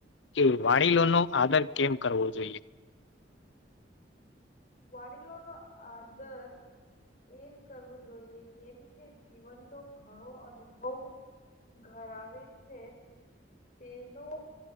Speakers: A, on the left (about 80°); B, on the left (about 45°).
A: કે વાડીલો નો આદર કેમ કરવો જોઈએ?
B: વાડીલોનું આધર એમ કરવું જોઈએ, કેમ કે જીવનનો ઘણો અનુભવ ધરાવે છે તેનો